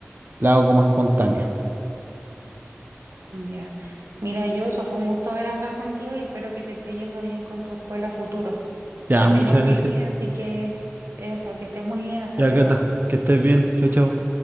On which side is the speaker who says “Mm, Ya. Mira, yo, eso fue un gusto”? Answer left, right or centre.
Right